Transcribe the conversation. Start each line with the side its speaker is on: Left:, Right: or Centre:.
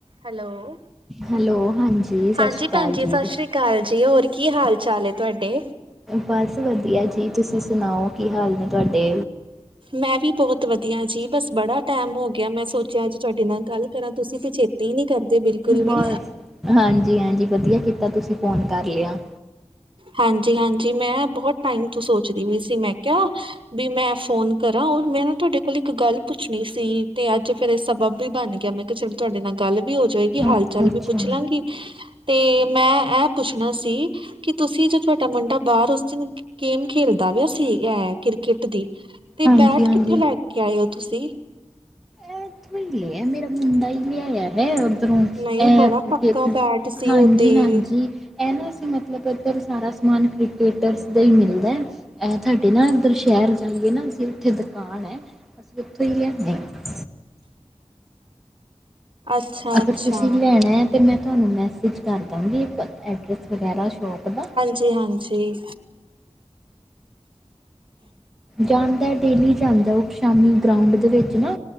Right: Hello
Centre: hello ਸਤਿ
Right: ਹਾਂਜੀ
Centre: ਸ਼੍ਰੀ ਅਕਾਲ
Right: ਭੈਣਜੀ
Centre: ਜੀ
Right: ਸਤਿ ਸ੍ਰੀ ਅਕਾਲ ਜੀ ਹੋਰ ਕੀ ਹਾਲ ਚਾਲ ਏ ਤੁਹਾਡੇ
Centre: ਬਸ ਵਧੀਆ ਜੀ ਤੁਸੀਂ ਸੁਣਾਓ ਕੀ ਹਾਲ ਨੇ ਤੁਹਾਡੇ
Right: ਮੈਂ ਵੀ ਬਹੁਤ ਵਧੀਆ ਜੀ ਬਸ ਬੜਾ ਟਾਈਮ ਹੋ ਗਿਆ ਮੈਂ ਸੋਚਿਆ ਅਜ ਤੁਹਾਡੇ ਨਾਲ ਗੱਲ ਕਰਾਂ ਤੁਸੀਂ ਵੀ ਛੇਤੀ ਨੀ ਕਰਦੇ ਬਿਲਕੁਲ ਵੀ
Centre: ਬਸ ਹਾਂਜੀ ਹਾਂਜੀ ਵਧੀਆ ਕੀਤਾ ਤੁਸੀਂ ਫੋਨ ਕਰ ਲਿਆ
Right: ਹਾਂਜੀ ਹਾਂਜੀ ਮੈਂ ਬਹੁਤ ਟਾਈਮ ਤੋਂ ਸੋਚਦੀ ਵੀਈ ਸੀ ਮੈਂ ਕਿਹਾ ਵੀ ਮੈਂ ਫੋਨ ਕਰਾਂ ਮੈਂ ਨਾ ਤੁਹਾਡੇ ਕੋਲ ਇੱਕ ਗੱਲ ਪੁੱਛਣੀ ਸੀ ਤੇ ਅੱਜ ਫੇਰ ਇਹ ਸਬਬ ਵੀ ਬਣ ਗਿਆ ਮੈਂ ਚੱਲ ਤੁਹਾਡੇ ਨਾਲ ਗੱਲ ਵੀ ਹੋ ਜਾਏਗੀ, ਹਾਲ
Centre: ਅੱਛਾ
Right: ਚਾਲ
Centre: ਅੱਛਾ
Right: ਵੀ ਪੁੱਛ ਲਾਂਗੀ। ਤੇ ਮੈਂ ਇਹ ਪੁੱਛਣਾ ਸੀ ਕਿ ਤੁਸੀਂ ਜੋ ਤੁਹਾਡਾ ਮੁੰਡਾ ਬਾਹਰ ਉਸ ਦਿਨ ਗੇਮ ਖੇਲਦਾ ਵਾ ਸੀ ਇਹ ਕ੍ਰਿਕਟ ਦੀ ਤੇ
Centre: ਹਾਂਜੀ
Right: ਬੈਟ
Centre: ਹਾਂਜੀ
Right: ਕਿੱਥੋਂ ਲੈ ਕੇ ਆਏ ਹੋ ਤੁਸੀਂ?
Centre: ਇਹਥਈ ਲਿਆ ਮੇਰਾ ਮੁੰਡਾ ਹੀ ਲਿਆਇਆ ਹੈ। ਰੋਂ
Right: ਨਹੀਂ
Centre: ਅ
Right: ਬੜਾ ਪੱਕਾ ਬੈਟ ਸੀ
Centre: ਹਾਂਜੀ-
Right: ਉਹ ਤੇ
Centre: ਹਾਂਜੀ! ਇਹ ਨਾ ਅਸੀਂ ਮਤਲਬ ਇੱਧਰ ਸਾਰਾ ਸਮਾਨ ਕ੍ਰਕੇਟਰਸ ਤੇ ਹੀ ਮਿਲਦਾ। ਇਹ ਤੁਹਾਡੇ ਨਾ ਇੱਧਰ ਸ਼ਹਿਰ ਜਾਈਏ ਨਾ ਅਸੀਂ ਉੱਥੇ ਦੁਕਾਨ ਹੈ ਅਸੀਂ ਉੱਥੋਂ ਹੀ ਲਿਆਦੇ ਹਾਂ।
Right: ਅੱਛਾ
Centre: ਅਗਰ
Right: ਅੱਛਾ
Centre: ਤੁਸੀਂ ਲੈਣਾ ਹੈ ਤਾਂ ਮੈਂ ਤੁਹਾਨੂੰ ਮੈਸੇਜ ਕਰ ਦਵਾਂਗੀ ਐਡਰੈਸ ਵਗੈਰਾ ਸ਼ੋਪ ਦਾ।
Right: ਜੀ ਹਾਂਜੀ।
Centre: ਜਾਂਦਾ ਡੇਲੀ ਜਾਂਦਾ, ਉਹ ਸ਼ਾਮੀ ਗਰਾਊਂਡ ਦੇ ਵਿੱਚ ਨਾ